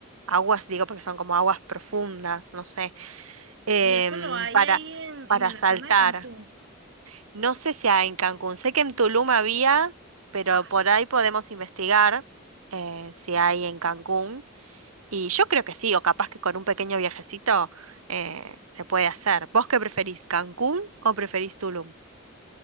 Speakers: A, on the right (about 85°); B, on the right (about 55°).
A: Aguas, digo, porque son como aguas profundas, no sé, em,
B: Y eso lo hay
A: para,
B: ahí en,
A: para
B: en
A: saltar.
B: la zona de Cancún.
A: No sé si hay en Cancún, sé que en Tulum había, pero
B: Ah,
A: por ahí podemos investigar eh, si hay en Cancún. Y yo creo que sí, o capaz que con un pequeño viajecito eh, se puede hacer. ¿Vos qué preferís, Cancún o preferís Tulum?